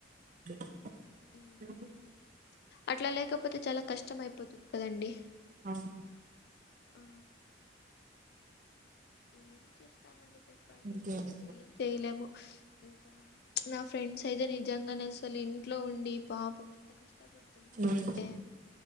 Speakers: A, on the right (about 45°); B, on the left (about 55°).
A: <inaudible> <inaudible>
B: ఉమ్. అట్లా లేకపోతే చాలా కష్టం అయిపోతుంది కదండి.
A: అవును
B: ఆ ఏం చేస్తామండి చెప్పండి
A: ఇంకేమండి
B: ఇంకా అసలు ఏం చేయలేము ఇంకా నా ఫ్రెండ్స్ అయితే నిజంగానే అసలు ఇంట్లో ఉండి పాపం ఎంత కష్టపడుతున్నారు
A: హ్మ్
B: అంటే